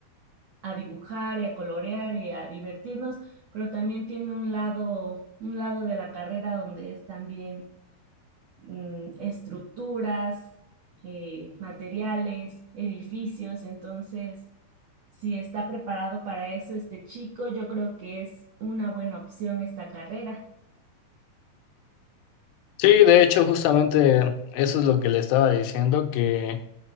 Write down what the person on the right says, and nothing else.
a dibujar y a colorear y a divertirnos, pero también tiene un lado, un lado de la carrera donde es también mm, estructuras, eh, materiales, edificios, entonces si está preparado para eso este chico, yo creo que es una buena opción esta carrera.